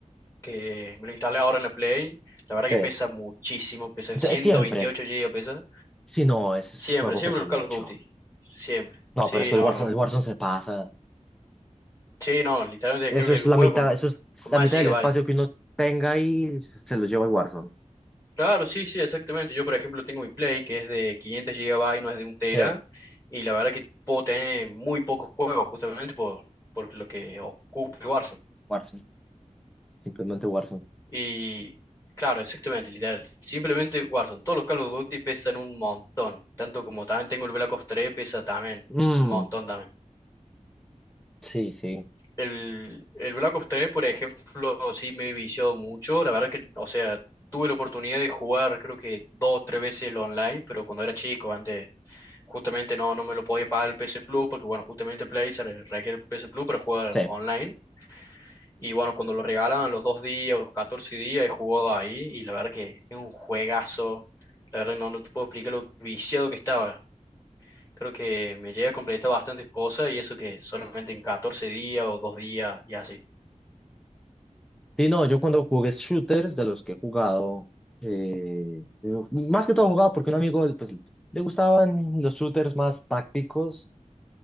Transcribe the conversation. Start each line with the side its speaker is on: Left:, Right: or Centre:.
Left: que me lo instalé ahora en la Play. La verdad
Centre: Sí.
Left: que pesa muchísimo, pesa 128
Centre: Siempre.
Left: GB, pesa.
Centre: Sí, no, ese
Left: Siempre,
Centre: ese juego
Left: siempre
Centre: pesa
Left: los
Centre: mucho.
Left: Call of Duty. Siempre.
Centre: No,
Left: Sí,
Centre: pero es que
Left: no,
Centre: el Warzone,
Left: no.
Centre: el Warzone se pasa.
Left: Sí, no, literalmente
Centre: eso
Left: creo que
Centre: es
Left: el
Centre: la
Left: juego
Centre: mitad,
Left: con,
Centre: eso es
Left: con
Centre: la
Left: más
Centre: mitad
Left: gigabytes.
Centre: del espacio que uno tenga y se lo lleva el Warzone.
Left: Claro, sí, sí, exactamente. Yo, por ejemplo, tengo mi Play que es de 500 gigabytes, no es de un tera.
Centre: Sí,
Left: Y la verdad que puedo tener muy pocos juegos justamente por, por lo que ocupa el Warzone.
Centre: Warzone. Simplemente Warzone.
Left: Y claro, exactamente, literal. Simplemente Warzone. Todos los Call of Duty pesan un montón. Tanto como también tengo el Black Ops 3, pesa también
Centre: Mm,
Left: un montón también.
Centre: sí, sí,
Left: El, el Black Ops tres por ejemplo, sí me he viciado mucho. La verdad que, o sea, tuve la oportunidad de jugar creo que dos o tres veces el online, pero cuando era chico, antes justamente no, no me lo podía pagar el PS Plus, porque bueno, justamente Play se re- requiere el PS Plus para jugar
Centre: sí.
Left: online. Y bueno, cuando lo regalaban los dos días o los 14 días, he jugado ahí y la verdad que es un juegazo. La verdad que no, no te puedo explicar lo viciado que estaba. Creo que me llegué a completar bastantes cosas y eso que solamente en 14 días o dos días y así.
Centre: Sí, no, yo cuando jugué shooters de los que he jugado, eh, yo- más que todo jugaba porque un amigo pues, le gustaban los shooters más tácticos,